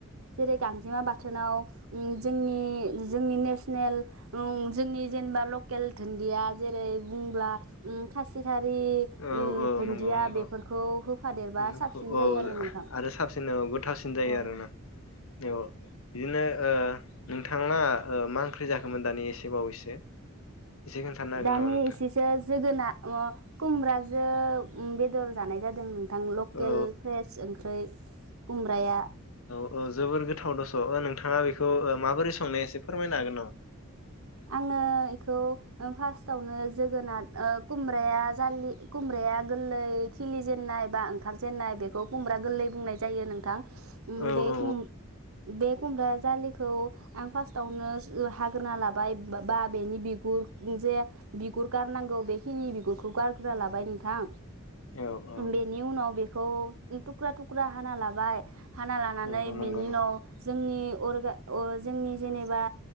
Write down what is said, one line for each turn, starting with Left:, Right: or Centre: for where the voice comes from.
Right: जेरै गांजेमा बाथोनाव ओम जोंनि जोंनि नेसनेल ओं जोंनि जेनबा लकेल धोन्दिया जेरै बुंब्ला ओं खासि धा खारि
Left: औ
Right: ओम
Left: औ
Right: धोन्दिया
Left: नंगौ नंगौ
Right: बेफोरखौ होफादेरबा
Left: बेफोरखौ
Right: साबसिन
Left: औ
Right: जायो आरो नोंथां
Left: आरो साबसिन औ गोथावसिन जायो
Right: औ
Left: आरोना औ बि नो ओ नोंथाङा मा ओंख्रि जाखोमोन दानि एसे बावैसो एसे खोन्थानो हागोन
Right: दानि
Left: नामा नोंथां
Right: एसेसो जोगोना <unintelligible> खुमब्राजो बेदर जानाय जादों थां लकेल
Left: औ
Right: फ्रेस ओंख्रै कुमब्राया
Left: अ जोबोर गोथाव दस नोंथाङा बेखौ माबोरै संनाया एसे फोरमायनो हागोन नामा?
Right: आङो इखौ फार्स्टावनो जोगोनात ओ कुमब्राया जालि कुमब्राया गोललै खिलिजेननाय बा ओंखार जेन्नाय बेखौ कुमब्रा गोललै बुंनाय जायो नोंथां।
Left: औ
Right: बे
Left: औ
Right: कुम बे कुमब्रा जाालिखौ आं फासतावनो स ओ हा गोरना लाबाय बा बेनि बिगुर जे बिगुर गारनांगौ बेखिनि बिगुरखौ गारग्रोना लाबाय नोंथां
Left: औ औ
Right: बेनि उनाव बेखौ तुक्रा तु क्रा हाना लाबाय हाना लानानै
Left: नंगौ नंगौ
Right: बेनि
Left: नंगौ
Right: नाव जोंनि अरगा अ जोंनि जेनेबा